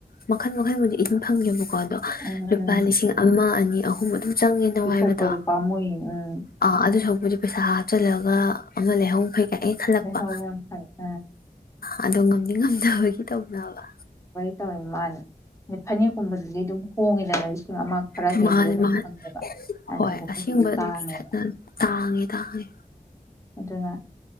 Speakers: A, on the left; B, on the left.
A: ꯃꯈꯜ ꯃꯈꯟꯕꯨꯗꯤ ꯏꯗꯤꯟ ꯐꯪꯉꯦꯕꯀꯣ
B: ꯎꯝ
A: ꯂꯨꯄꯥ ꯂꯤꯁꯤꯡ ꯑꯃ ꯑꯅꯤ ꯑꯍꯨꯝ ꯑꯗꯨꯝ ꯆꯪꯉꯦꯅ
B: ꯄꯤꯊꯣꯛꯄꯗꯣ
A: ꯋꯥꯏꯕꯗꯣꯅ
B: ꯄꯥꯝꯃꯨꯏ ꯎꯝ
A: ꯑꯥ ꯑꯗꯨ ꯁꯔꯨꯛꯄꯨꯗꯤ ꯄꯩꯁꯥ ꯍꯥꯞ ꯍꯥꯞꯆꯜꯂ ꯑꯃꯅ ꯂꯩꯍꯧ ꯐꯩ꯫
B: <unintelligible>
A: ꯀꯥꯏ ꯑꯩ ꯈꯜꯂꯛꯄ ꯑꯗꯣ ꯉꯝꯗꯤ ꯉꯝꯗꯕꯒꯤ ꯇꯧꯅꯥꯕ꯫
B: <unintelligible> ꯑꯥ ꯐꯅꯦꯛꯀꯨꯝꯕꯗꯨꯗꯤ ꯑꯗꯨꯝ ꯍꯣꯡꯉꯦꯗꯅ ꯂꯤꯁꯤꯡ ꯑꯃ ꯈꯔ
A: ꯃꯥꯅꯦ
B: ꯍꯦꯟꯕꯗ ꯑꯗꯨꯝ
A: ꯃꯥꯅꯦ
B: ꯐꯪꯉꯦꯕ ꯔꯅꯤꯒꯨꯝꯕꯁꯤꯗꯤ
A: ꯍꯣꯏ ꯑꯁꯦꯡꯕ ꯑꯗꯨꯝ
B: ꯇꯥꯡꯉꯦꯕ꯫
A: ꯁꯥꯏꯠꯅ ꯇꯥꯡꯉꯦ ꯇꯥꯡꯉꯦ
B: ꯑꯗꯨꯅ